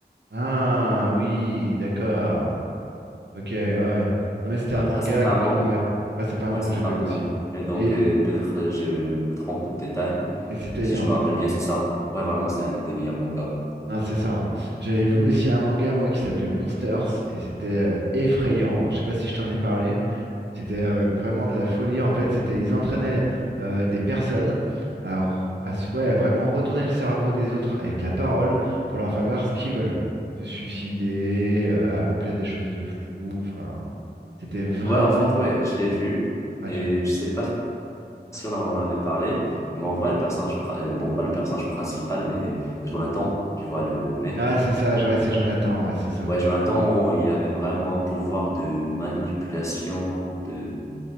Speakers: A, on the right (about 85°); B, on the left (about 15°).
A: Ah oui, d'accord. Ok, ouais, ouais. Non, mais c'était
B: Après
A: un manga
B: ça fait
A: que-
B: un moment.
A: Ouais, ouais, ça fait un
B: Ouais,
A: moment
B: ça
A: que j'ai
B: fait
A: pas
B: un moment.
A: eu aussi.
B: Et donc
A: Mais,
B: euh, peut-être euh, je me trompe de détail.
A: mais c'était
B: Mais si
A: énorme.
B: je me rappelle
A: hein.
B: bien, c'est ça. Ouais, vraiment c'est un des meilleurs mangas.
A: Ah, c'est ça. hein. J'avais vu aussi un manga, moi, qui s'appelait Monsters, et c'était euh, effrayant. hein. Je sais pas si je t'en ai parlé. C'était euh, vraiment de la folie en fait. C'était, ils entraînaient euh, des personnes à, r- à s- ouais, à vraiment retourner le cerveau des autres avec la parole pour leur faire faire ce qu'ils veulent. Se suicider, euh, accomplir des choses de fou. Enfin, c'était vraiment.
B: Ouais, en fait, ouais, je l'ai vu
A: Ah,
B: et
A: tu l'as vu.
B: je sais pas si on en avait parlé, mais en vrai, le personnage, pri- euh, bon, pas le personnage principal, mais Jonathan, tu vois, le mec.
A: Ah, c'est ça, je- ouais, c'est Jonathan, ouais, c'est ça.
B: Ouais, Jonathan, il avait vraiment un pouvoir de manipulation, de